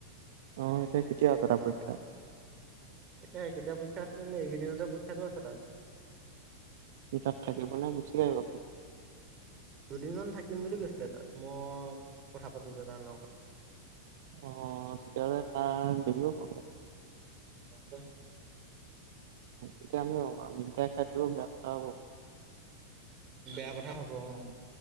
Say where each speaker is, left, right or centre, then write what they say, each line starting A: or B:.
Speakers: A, on the right; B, on the right.
A: অ' এতিয়া কেতিয়া আছে তাৰ পৰীক্ষা?
B: তাকে কেতিয়া পৰীক্ষা আছে জানো, এইকেইদিনতে পৰীক্ষাটো আছে তাৰ।
A: সি তাত থাকিব নে, গুচি আহিব?
B: দুদিনমান <unintelligible> মই কথা পাতো দাদাৰ লগত
A: অ', তেতিয়াহলে তাৰ দেৰি হব।
B: <inaudible>
A: এতিয়া আমি মিঠাই খাই থলেও বেয়া কথা হ'ব।
B: বেয়া কথা হ'ব অ'।